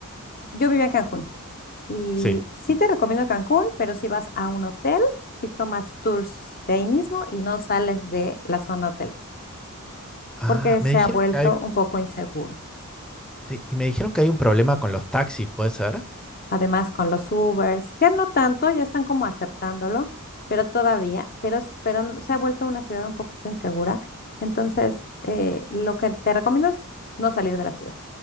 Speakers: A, on the left; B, in the centre.
A: yo vivía en Cancún y
B: Sí.
A: sí te recomiendo Cancún, pero si vas a un hotel, si tomas tours de ahí mismo y no sales de la zona hotelera,
B: Ah,
A: porque
B: me
A: se
B: dijeron
A: ha vuelto
B: que hay,
A: un poco inseguro.
B: sí, y me dijeron que hay un problema con los taxis, ¿puede ser?
A: Además, con los Ubers, ya no tanto, ya están como aceptándolo, pero todavía, pero, es- pero n- se ha vuelto una ciudad un poquito insegura. Entonces, eh, lo que te recomiendo es no salir de la ciudad.